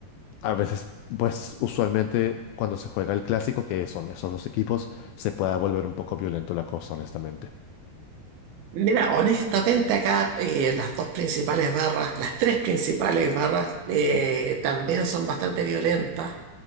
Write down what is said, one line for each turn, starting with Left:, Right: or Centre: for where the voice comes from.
Left: a veces, pues usualmente cuando se juega el clásico, que son esos dos equipos, se pueda volver un poco violento la cosa, honestamente.
Right: Mira, honestamente acá eh, las dos principales barras, las tres principales barras eh, también son bastante violentas,